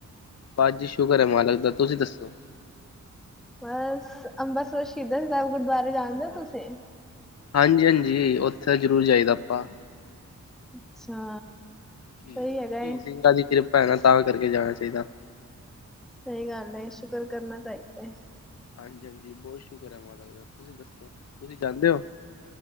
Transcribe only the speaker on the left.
ਬਸ ਜੀ ਸ਼ੁਕਰ ਹੈ ਮਾਲਕ ਦਾ ਤੁਸੀਂ ਦੱਸੋ।
ਹਾਂਜੀ ਹਾਂਜੀ ਉੱਥੇ ਤਾਂ ਜ਼ਰੂਰ ਜਾਈਦਾ ਆਪਾਂ।
ਉੱਥੇ
<unintelligible> ਤਾਂ ਵੀ ਕਰਕੇ ਜਾਣਾ ਚਾਹੀਦਾ।
ਹਾਂਜੀ ਹਾਂਜੀ ਬਹੁਤ ਸ਼ੁਕਰ ਹੈ ਮਾਲਕ ਦਾ ਤੁਸੀਂ ਦੱਸੋ ਤੁਸੀਂ ਜਾਂਦੇ ਹੋ।